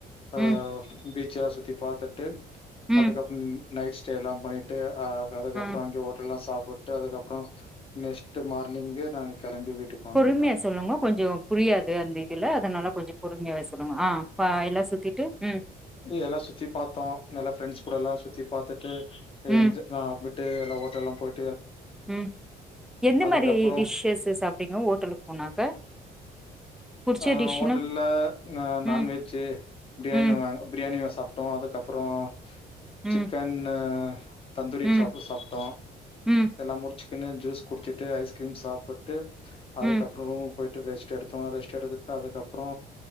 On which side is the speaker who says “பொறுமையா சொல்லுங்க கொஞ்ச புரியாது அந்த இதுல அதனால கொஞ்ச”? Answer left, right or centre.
Centre